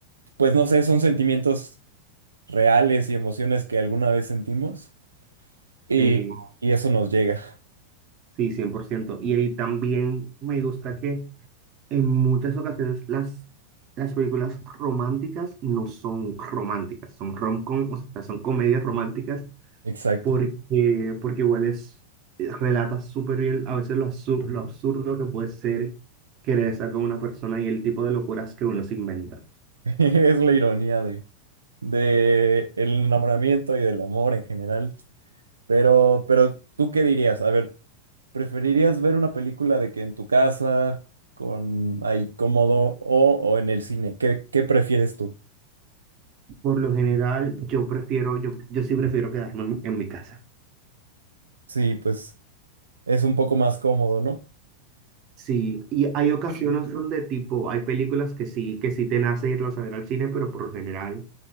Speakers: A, on the right (about 75°); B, on the right (about 35°).
A: pues no sé, son sentimientos reales y emociones que alguna vez sentimos y,
B: Sí.
A: y eso nos llega.
B: Sí, 100%. Y ahí también me gusta que en muchas ocasiones las, las películas románticas no son románticas, son rom-com, o sea, son comedias románticas
A: Exacto.
B: porque, porque igual es, eh, relata súper bien a veces lo, absu- lo absurdo que puede ser querer estar con una persona y el tipo de locuras que uno se inventa.
A: <laughs> Es la ironía de, de el enamoramiento y del amor en general. Pero, pero, ¿tú qué dirías? A ver, ¿preferirías ver una película de que en tu casa, con ahí cómodo o, o en el cine? ¿Qué, qué prefieres tú?
B: Por lo general, yo prefiero, yo, yo sí prefiero quedarme en en mi casa.
A: Sí, pues es un poco más cómodo, ¿no?
B: Sí, y hay ocasiones donde tipo, hay películas que sí, que sí te nace irlas a ver al cine, pero por lo general